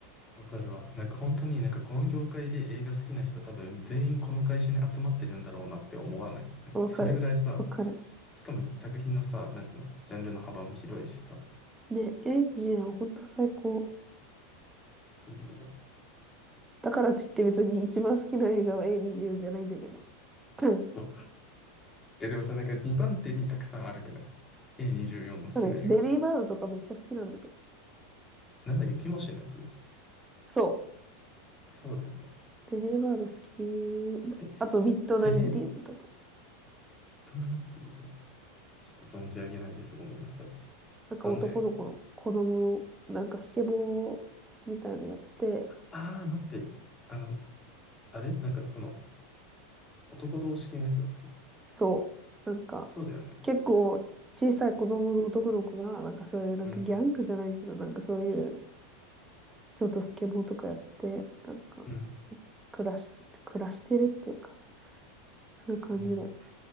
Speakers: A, on the left (about 20°); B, on the right (about 15°).
A: わかるわ。なんか本当になんかこの業界で映画好きな人多分全員この会社に集まってるんだろうなって思わない。なんかそれぐらいさ、
B: わかる。わかる。
A: しかも作品のさ、なんていうの、ジャンルの幅も広いしさ、
B: ね、A24 本当最高。
A: いいよね。
B: だからといって別に一番好きな映画は A24 じゅうよんじゃないんだけど。<coughs>
A: そうえ、でもさ、なんか2番手にたくさんあるくない ?A24 の好きな映画。
B: 多分レディーバードとかめっちゃ好きなんだけど。
A: なんだっけ、ティモシーのやつ
B: そ
A: そうだよね。
B: う。レディーバード好き。
A: え、
B: あと、ミッドナインティーズとか。
A: セレントナインティーズ。ちょっと存じ上げないです。ごめんなさい。
B: なんか男の子の子供の、
A: どんな映画
B: なんかスケボーみたいなのやって、
A: ああー、待って。あの、あれなんかその、男同士系のやつだっけ
B: そう。なんか、
A: そうだよね。
B: 結構小さい子供の男の子が、なんかそういう、なんかギャングじゃないけど、
A: うん、
B: なんかそういう人とスケボーとかやって、なんか、
A: うん、
B: 暮らし、暮らしてるっていうか、そういう感じで。
A: うん。
B: <laughs>